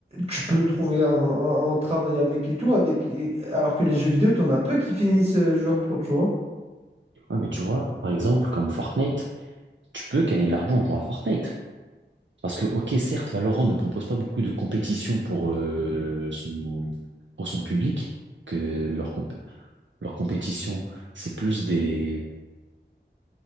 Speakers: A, on the right; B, on the right.
A: tu peux trouver un, un- un travail avec et tout, avec, et- alors que les jeux vidéo, t'en as peu qui finissent euh, joueur pro, tu vois.
B: Ouais, mais tu vois, par exemple, comme Fortnite, tu peux gagner de l'argent en jouant à Fortnite. Parce que, ok, certes, Valorant ne propose pas beaucoup de compétition pour, euh, son, pour son public, que leur, comp- leur compétition, c'est plus des